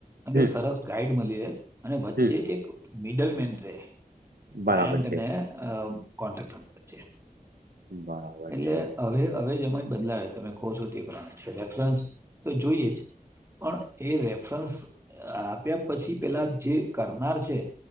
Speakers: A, on the right; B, on the right.
A: અને
B: હમ
A: સરસ ગાઈડ મલયે અને વચ્ચે
B: હમ
A: એક મિડલ મેન રહે
B: બરાબર
A: બ્રાન્ડ
B: છે
A: ને અ કોન્ટ્રાક્ટરની વચ્ચે
B: બરાબર
A: એટલે
B: છે.
A: હવે હવે એમજ બદલાવે તમે કહો છો તે પ્રણે છે રેફરન્સ ત જોઈએ જ. પણ એ રેફરન્સ આપ્યા પછી પેલા જે કરનાર છે